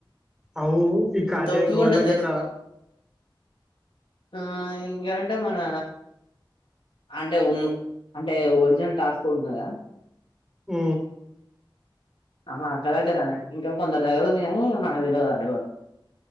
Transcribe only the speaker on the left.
ఓపిక
ఉంటది
తెలుసు
ఆ ఇంకేం అంటే మన అంటే ఉన్న అంటే ఒరిజినల్ టాస్క్ కదా
అమ్మా అక్క దగ్గర ఇంకా కొందరు దగ్గర ఉంది కానీ మనకు తెలవదు వాళ్ళు ఎవరో